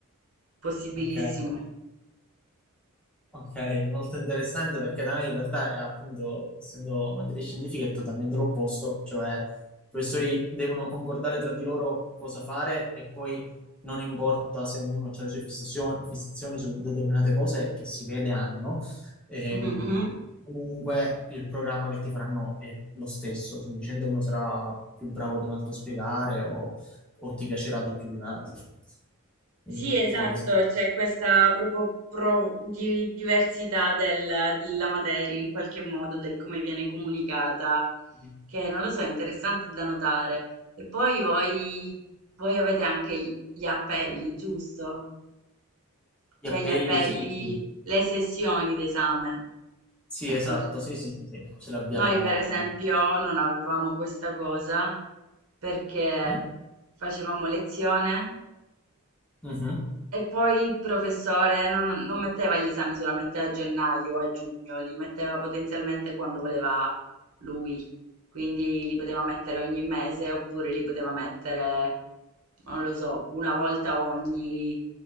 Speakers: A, on the right; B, in the centre.
A: possibilissimo.
B: ok. Ok, molto interessante perché da noi in realtà è appunto, essendo materie scientifiche, è totalmente l'opposto, cioè i professori devono concordare tra di loro cosa fare e poi non importa se ognuno ha le sue fissazioni, fissazioni su determinate cose che si vede hanno, ehm,
A: <laughs>
B: comunque il programma che ti faranno è lo stesso, semplicemente uno sarà più bravo di un altro a spiegare o, o ti piacerà di più di un altro. Quindi
A: Sì, esatto,
B: pure questo.
A: c'è questa proprio pro- di- diversità del- della materia in qualche modo, del come viene comunicata,
B: Mhm.
A: che non lo so, è interessante da notare. E poi voi, voi avete anche gli gli appelli, giusto?
B: Gli
A: Cioè
B: appelli,
A: gli appelli,
B: sì, sì,
A: le sessioni d'esame.
B: sì, esatto,
A: Non so.
B: sì, sì, sì, sì, ce l'abbiamo.
A: Noi per esempio non avevamo questa cosa perché
B: Mm?
A: facevamo lezione
B: Mhm.
A: E poi il professore non, non metteva gli esami solamente a gennaio o a giugno, li metteva potenzialmente quando voleva lui. Quindi li poteva mettere ogni mese oppure li poteva mettere, non lo so, una volta ogni,